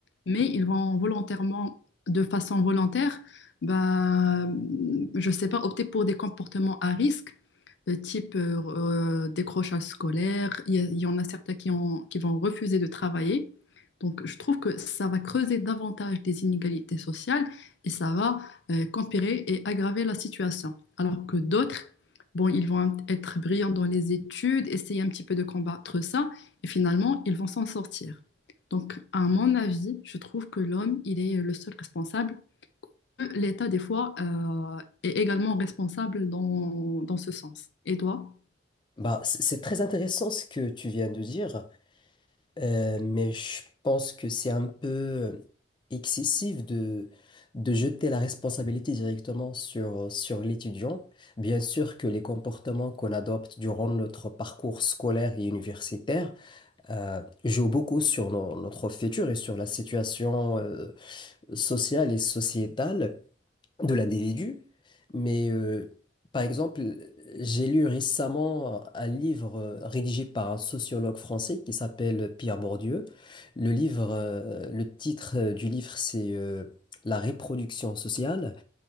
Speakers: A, on the left (about 70°); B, on the left (about 25°).
A: mais ils vont volontairement, de façon volontaire, bah, je sais pas, opter pour des comportements à risque euh, type euh, euh, décrochage scolaire. Il y, a- il y en a certains qui, ont- qui vont refuser de travailler donc, je trouve que ça va creuser davantage des inégalités sociales et ça va euh, qu'empirer et aggraver la situation. Alors que d'autres, bon, ils vont être brillants dans les études, essayer un petit peu de combattre ça et finalement, ils vont s'en sortir. Donc, à mon avis, je trouve que l'homme, il est le seul responsable. L'État, des fois, euh, est également responsable dans, dans ce sens. Et toi?
B: Bah, c- c'est très intéressant ce que tu viens de dire, euh, mais je pense que c'est un peu euh, excessif de, de jeter la responsabilité directement sur, sur l'étudiant. Bien sûr que les comportements qu'on adopte durant notre parcours scolaire et universitaire euh, jouent beaucoup sur no- notre futur et sur la situation euh, sociale et sociétale de l'individu. Mais euh, par exemple, j'ai lu récemment un livre euh, rédigé par un sociologue français qui s'appelle Pierre Bourdieu. Le livre, euh, le titre euh, du livre, c'est euh, La reproduction sociale.